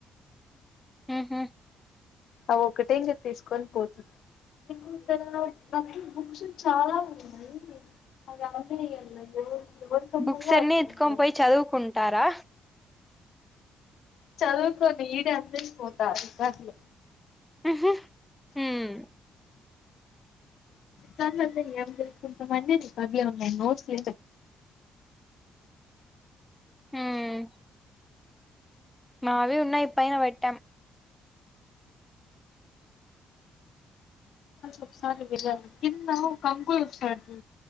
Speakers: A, in the centre; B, on the left.
A: ఉహు
B: ఆ ఒక్కటే ఇంక తీసుకొని పోతున్ ఎందుకు అలా నాకు బుక్స్ చాలా ఉన్నాయి. అది రాట్లే ఎవరితో ఉండాలో
A: బుక్స్ అన్ని
B: అర్ధం
A: ఎత్తుకొని
B: కాదు
A: పోయి చదువుకుంటారా
B: చదువుకోనీ ఈడే ఆమెసిపోత రికార్డులు
A: ఉహు ఉమ్మ్
B: కాని నన్ను ఏంచేస్తుంటాం కొంతమంది రికార్డులు మే నోట్స్ ఎన్
A: ఉమ్ నావి ఉన్నాయి పైన పెట్టాం
B: ఒక్కసారి వెళ్ళాను కింద ఒక అంకుల్ ఉంటారు